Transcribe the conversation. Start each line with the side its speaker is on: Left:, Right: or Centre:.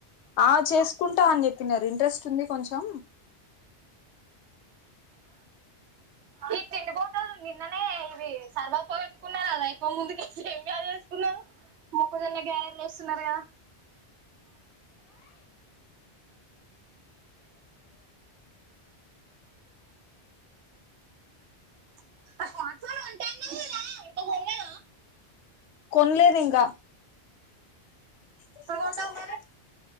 Left: ఆ చేసుకుంటా అని చెప్పినరు ఇంట్రెస్ట్ ఉంది కొంచెం
Right: ఈ తిండిపోతుంది నిన్ననే ఇది సర్వాపో పెట్టుకున్నారు అదా అయిపో ముందుక ఏమి బ వసుకున్నారు మొక్కజల్లా గ్యారేజ్ వస్తున్నారు గదా <inaudible>
Left: కొనలేదింకా ఎప్పుడు
Right: కొంటావు
Left: ఉండవు మళ్ళా
Right: మరి